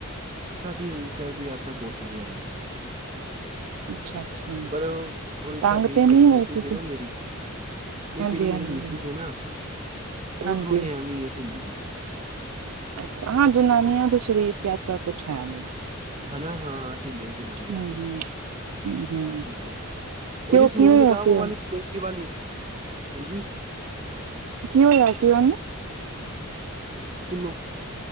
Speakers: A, on the right; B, on the right.
A: ਸਾਡੀ ਹੇਮਕੁੰਟ ਸਾਹਿਬ ਦੀ ਯਾਤਰਾ ਬਹੁਤ ਵਧੀਆ ਰਹੀ।
B: ਅੱਛਾ-ਅੱਛਾ
A: ਪਰ ਉਹ ਥੋੜ੍ਹੀ ਸਾਡੀ
B: ਤੰਗ ਤੇ
A: ਜਿਹੜੀ
B: ਨਹੀਂ
A: ਮਿਸਿਸ
B: ਹੋਏ ਤੁਸੀਂ?
A: ਸੀ ਨਾ ਮੇਰੀ ਨਹੀਂ
B: ਹਾਂਜੀ-ਹਾਂਜੀ,
A: ਜਿਹੜੀ ਮੇਰੀ ਮਿਸਿਿਸ
B: ਹਾਂਜੀ
A: ਹੈ ਨਾ
B: ਹਾਂਜੀ,
A: ਉਹ ਥੋੜੀ ਐਵੇਂ ਢਿੱਲੀ ਗਈ।
B: ਅੱਛਾ ਹਾਂ ਜਨਾਨੀਆਂ ਦੇ ਸਰੀਰ ਚ ਅੱਜ ਕੱਲ ਕੁਛ ਹੈ ਨੀ।
A: ਹਨਾ ਹਾਂ ਲੀ ਦਿਨ <inaudible>
B: ਹੂੰ-ਹੂੰ, ਹੂੰ-ਹੂੰ
A: ਉਹ
B: ਕਿਉਂ
A: ਜੜ ਸਮੂਵੀ
B: ਕੀ ਹੋਇਆ
A: ਲਗਾ
B: ਸੀ
A: ਵਾਲੀ
B: ਉਹਨੂੰ?
A: ਮਖੀ ਵਾਲੀ ਹਾਂਜੀ <inaudible>
B: ਕੀ ਹੋਇਆ ਸੀ ਉਹਨੂੰ?
A: ਕਿੰਨੂੰ?